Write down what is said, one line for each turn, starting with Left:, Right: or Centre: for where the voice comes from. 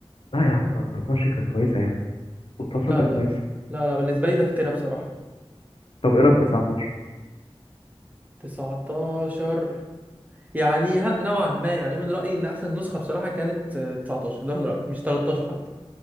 Left: لا يا عم 24 كانت كويسة يعني و19
Right: لا
Left: كانت
Right: لا
Left: كويسة
Right: لا لا بالنسبه لي ده افتراء بصراحه
Left: طب إيه رأيك في 19؟
Right: 19 يعني ها نوعا ما يعني من رأيي ان احسن نسخة بصراحة كانت آه، 19 ده من رأيي مش 13 حتى